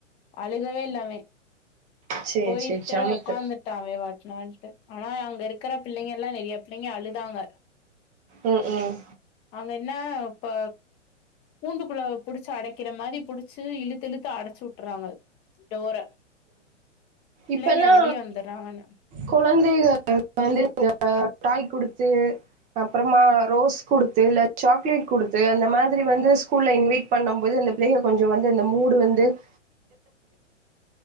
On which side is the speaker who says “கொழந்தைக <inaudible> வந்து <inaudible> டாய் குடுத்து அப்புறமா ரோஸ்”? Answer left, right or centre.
Right